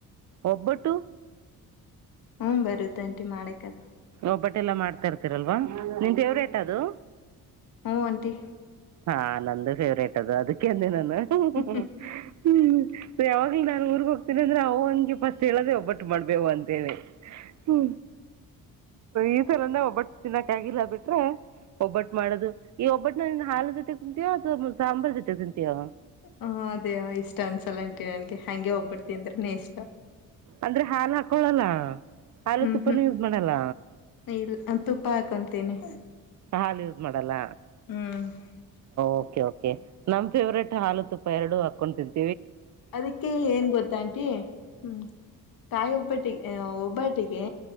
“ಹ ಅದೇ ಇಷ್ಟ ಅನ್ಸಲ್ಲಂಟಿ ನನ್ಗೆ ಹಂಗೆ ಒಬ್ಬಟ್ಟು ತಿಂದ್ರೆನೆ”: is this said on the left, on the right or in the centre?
Left